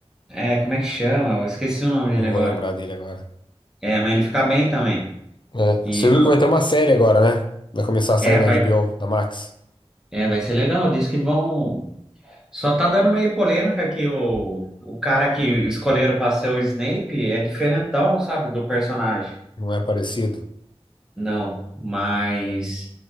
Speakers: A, in the centre; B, on the left.
A: é, como é que chama? Eu esqueci o nome dele
B: Não vou
A: agora.
B: lembrar dele agora.
A: É, mas ele fica bem também.
B: É, você
A: E
B: viu que vai ter uma série agora, né? Vai começar a sair
A: é,
B: na
A: vai,
B: HBO, na Max.
A: é, vai ser legal. Diz que vão. Só tá dando meio polêmica que o, o cara que escolheram pra ser o Snape é diferentão, sabe, do personagem.
B: Não é parecido?
A: Não, mas